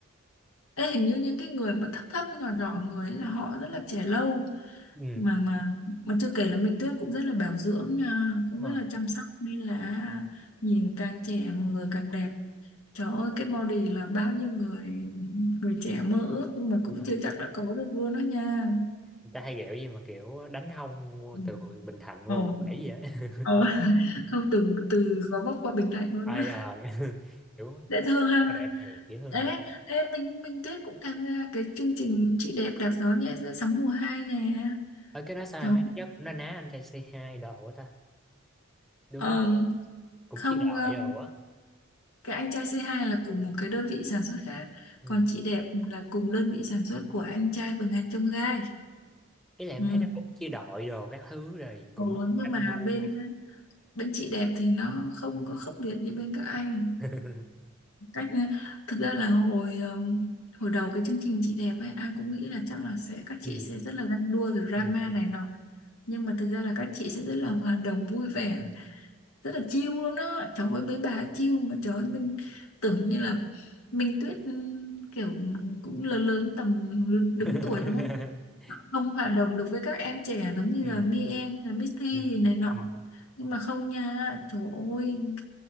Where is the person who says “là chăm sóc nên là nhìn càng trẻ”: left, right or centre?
Left